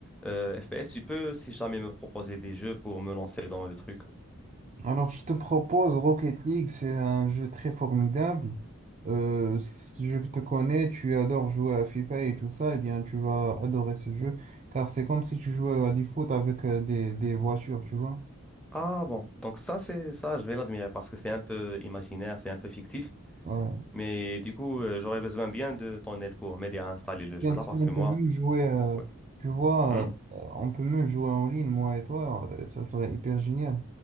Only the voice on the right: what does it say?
Alors, je te propose Rocket League, c'est un jeu très formidable. Euh, si je te connais, tu adores jouer à FIFA et tout ça, eh bien, tu vas adorer ce jeu, car c'est comme si tu jouais à du foot avec euh, des, des voitures, tu vois.
Ouais.
Bien
sûr,
on
peut
même jouer, euh,
tu vois,
euh, on peut même jouer en ligne, moi et toi, euh, ça serait hyper génial.